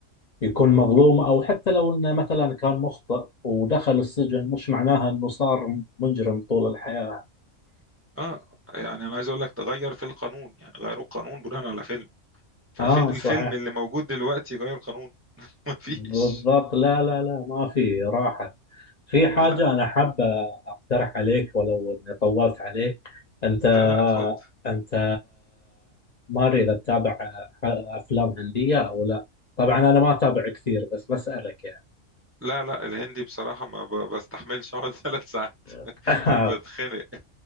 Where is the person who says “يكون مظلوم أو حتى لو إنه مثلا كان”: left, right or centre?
Left